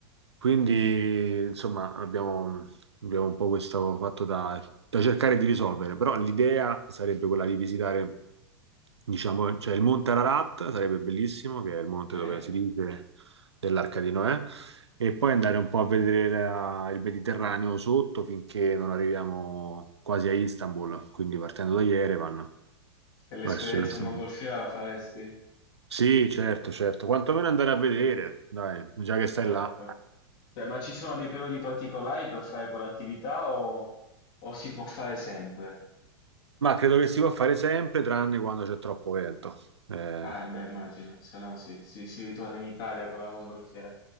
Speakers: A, on the right; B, on the left.
A: quindi insomma abbiamo, abbiamo un po' questo fatto da, da cercare di risolvere, però l'idea sarebbe quella di visitare Diciamo, c'è il Monte Ararat, sarebbe bellissimo, che è il monte
B: Eh?
A: dove si dice dell'Arca di Noè, e poi andare un po' a vedere la- il Mediterraneo sotto finché non arriviamo quasi a Istanbul, quindi partendo da Yerevan
B: E l'esperienza
A: verso Istanbul.
B: in mongolfiera la faresti?
A: Sì, certo, certo, quantomeno andare a vedere, dai, già che stai
B: Certo.
A: là.
B: Cioè, ma ci sono dei periodi particolari per fare quell'attività o, o si può fare sempre?
A: Ma credo che si può fare sempre, tranne quando c'è troppo vento. Eh,
B: Ah, beh, immagino, se no sì, si, si ritorna in Italia con la mongolfiera.